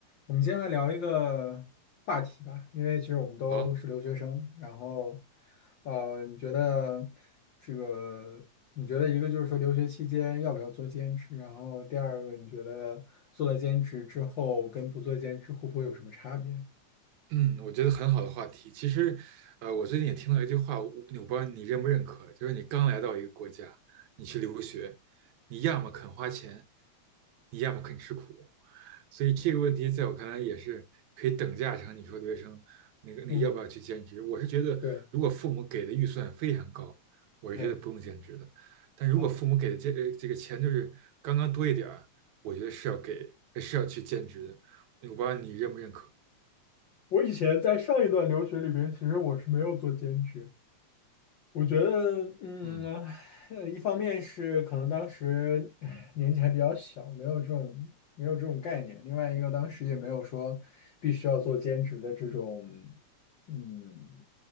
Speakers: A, on the left (about 70°); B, on the right (about 80°).
A: 我们今天来聊一个话题吧，因为其实我们都是留学生，
B: 好，
A: 然后，呃，你觉得这个，你觉得一个就是说留学期间要不要做兼职，然后第二个你觉得做了兼职之后跟不做兼职会不会有什么差别？
B: 嗯，我觉得很好的话题。其实，呃，我最近也听到一句话，我我不知道你认不认可，就是你刚来到一个国家，你去留学，你要么肯花钱，你要么肯吃苦。所以这个问题在我看来也是可以等价成你说留学生那个那个要不要去兼职。
A: 嗯，
B: 我是觉得，
A: 对，
B: 如果父母给的预算非常高，我是觉得不用兼职的。
A: 对
B: 但如果父母给的这呃这个钱就是刚刚多一点儿，
A: 啊，
B: 我觉得是要给呃是要去兼职的。我不知道你认不认可。
A: 我以前在上一段留学里边，其实我是没有做兼职，我觉得，嗯，
B: 嗯，
A: 呃一方面是可能当时唉年纪还比较小，没有这种没有这种概念；另外一个，当时也没有说必须要做兼职的这种，嗯，